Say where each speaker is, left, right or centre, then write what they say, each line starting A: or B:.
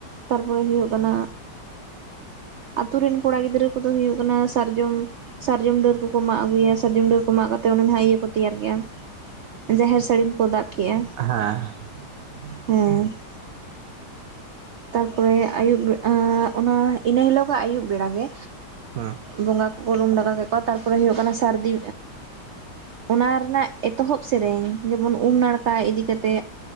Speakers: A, on the right (about 80°); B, on the right (about 65°).
A: ᱛᱟᱨᱯᱚᱨᱮ ᱦᱩᱭᱩᱜ ᱠᱟᱱᱟ ᱟᱛᱳ ᱨᱮᱱ ᱠᱚᱲᱟ ᱜᱤᱫᱽᱨᱟᱹ ᱠᱚᱫᱚ ᱦᱩᱭᱩᱜ ᱠᱟᱱᱟ ᱥᱟᱨᱡᱚᱢ ᱥᱟᱨᱡᱚᱢ ᱰᱟᱹᱨ ᱠᱚᱠᱚ ᱢᱟᱜ ᱟᱹᱜᱩᱭᱟ, ᱥᱟᱨᱡᱚᱢ ᱰᱟᱹᱨ ᱠᱚ ᱢᱟᱜ ᱠᱟᱛᱮᱫ ᱚᱱᱮ ᱱᱟᱦᱟᱜ ᱤᱭᱟᱹ ᱠᱚ ᱛᱮᱭᱟᱨ ᱜᱮᱭᱟ ᱾ ᱡᱟᱦᱮᱨ ᱥᱟᱹᱲᱤᱢ ᱠᱚ ᱫᱟᱵ ᱠᱮᱜᱼᱟ ᱾
B: ᱦᱮᱸ ᱾
A: ᱦᱮᱸ ᱾ ᱛᱟᱨᱯᱚᱨᱮ ᱟᱹᱭᱩᱵ, ᱚᱱᱟ ᱤᱱᱟᱹ ᱦᱤᱞᱚᱜ ᱠᱷᱚᱡ ᱟᱹᱭᱩᱵ ᱵᱮᱲᱟ ᱜᱮ
B: <unintelligible>
A: ᱵᱚᱸᱜᱟ ᱠᱚᱠᱚ ᱨᱩᱢ ᱰᱟᱸᱠᱟ ᱠᱮᱫ ᱠᱚᱣᱟ, ᱛᱟᱨᱯᱚᱨᱮ ᱦᱩᱭᱩᱜ ᱠᱟᱱᱟ ᱥᱟᱹᱨᱫᱤ ᱚᱱᱟ ᱨᱮᱱᱟᱜ ᱮᱛᱚᱦᱚᱵ ᱥᱮᱨᱮᱧ ᱡᱮᱢᱚᱱ ᱩᱢ ᱱᱟᱲᱠᱟ ᱤᱫᱤ ᱠᱟᱛᱮ